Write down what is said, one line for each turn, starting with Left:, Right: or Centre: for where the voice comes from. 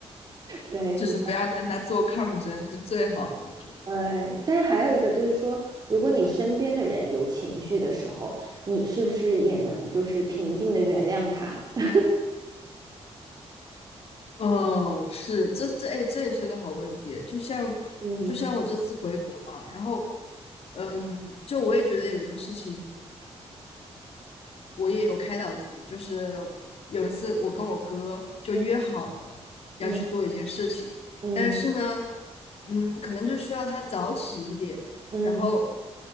Right: 对，
Left: 就是不要跟他做抗争是最好的，
Right: 是这样
Left: 我觉得。
Right: 对，但是还有一个就是说，如果你身边的人有情绪的时候，你是不是也能就是平静的原谅他？<laughs>
Left: 哦，是，这这哎，这也是个好问题。就像就像我这次回国嘛，
Right: 嗯
Left: 然后嗯，就我也觉得有一个事情我也有开导自己，就是有一次我跟我哥就约好了要去做一件事情，
Right: 嗯嗯嗯
Left: 但是呢，嗯，可能就需要他早起一点，
Right: 嗯
Left: 然后